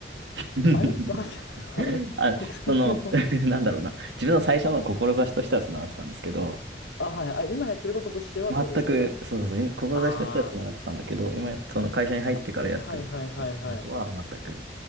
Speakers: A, on the right (about 75°); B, on the left (about 85°).
A: <laughs>
B: あれ坂井さん、<laughs> あれ国際系の、
A: あ、その、<laughs> なんだろうな。自分の最初の志としてはつながってたんですけど、
B: あ、はい、あ、今やってることとしてはってことですよね。
A: 全く、そうそうそう、志としてはつながってたんだけど、
B: あ
A: 今、その会社に入ってからやってる、
B: ーあ、はいはいはいはい。
A: やってたことは全く